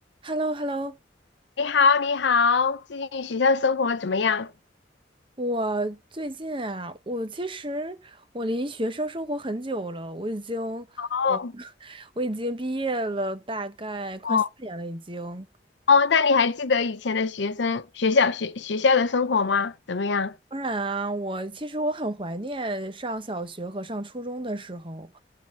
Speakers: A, on the right; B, on the left.
A: h e l l o h e l l o
B: 你好，你好，最近学校生活怎么样？
A: 我最近啊，我其实我离学生生活很久了，我已经，呃
B: 哦
A: <laughs> 我已经毕业了，大概快四年了已经。
B: 哦哦，那你还记得以前的学生学校学学校的生活吗？怎么样？
A: 当然啊，我其实我很怀念上小学和上初中的时候，